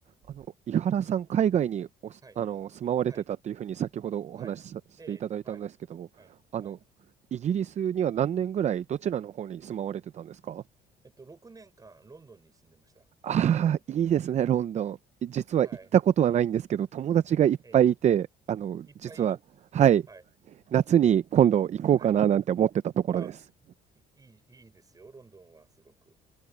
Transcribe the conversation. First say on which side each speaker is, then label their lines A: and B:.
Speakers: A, on the right (about 40°); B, on the right (about 20°).
A: あの、井原さん、海外におす、
B: はい、
A: あの、住まわれてたっていうふうに先ほどお話しさせていただいたんですけども、
B: はい、はい、ええ、はい、はい、
A: あの、
B: はい。
A: イギリスには何年ぐらいどちらの方に住まわれてたんですか
B: えっと、6年間ロンドンに住んでました。
A: ああー、いいですね、ロンドン。実は行ったことはないんですけど、
B: はい、
A: 友達がいっぱいいて、
B: ええ、
A: あの、
B: いっぱいいる
A: 実は、はい、
B: はい、
A: 夏に今度行こうかななんて思ってたところです。
B: はい。あ、いいい、いいですよ、ロンドンはすごく。